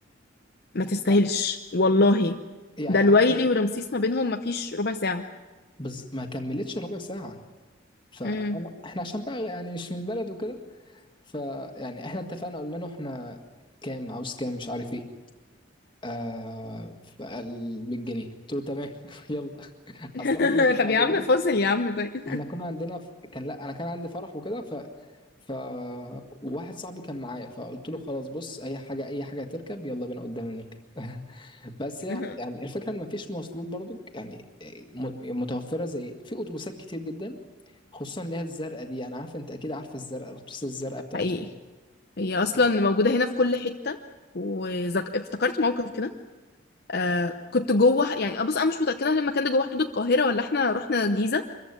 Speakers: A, on the left (about 50°); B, on the left (about 25°).
A: ما تستاهلش
B: ف-
A: والله
B: يعني
A: ده الويلي
B: إح-
A: ورمسيس ما بينهم ما فيش ربع ساعة
B: بز... ما كملتش ربع ساعة فاحنا
A: امم
B: احنا عشان بقى يعني مش من البلد وكده فيعني احنا اتفقنا قلنا له احنا كام عاوز كام مش عارف ايه آه فقال 100 جنيه قلت له تمام <laughs> يلا
A: <laughs>
B: اصل احنا كنا مستعجلين
A: طب يا عم فاصل يا عم طيب
B: احنا كنا عندنا ف... كان لا انا كان عندي فرح وكده ف ف واحد صاحبي كان معايا فقلت له خلاص بص اي حاجه اي حاجه تركب يلا بينا قدام نركب <laughs> بس
A: <laughs>
B: يع- يعني الفكره ان مفيش مواصلات برضو يعني م- متوفره زي في اتوبيسات كتير جدا خصوصا اللي هي الزرقاء دي يعني عارفه انت اكيد عارفه الزرقاء الاتوبيسات الزرقاء بتاعتكم
A: حقيقي هي اصلا
B: آه،
A: موجوده هنا في كل حته وذك... افتكرت موقف كده آه كنت جوه يعني بص انا مش متاكده هل المكان ده جوه حدود القاهره ولا احنا رحنا الجيزه